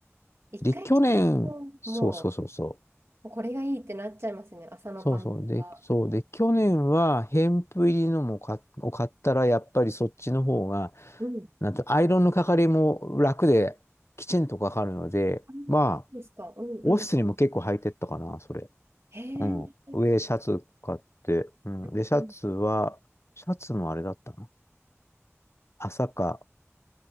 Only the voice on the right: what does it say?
一回着ちゃう
と、もう、もうこれがいいってなっちゃいますよね、朝のパンツが。
うん。
あ
ですか。うんうん。
へえ。
う
んうん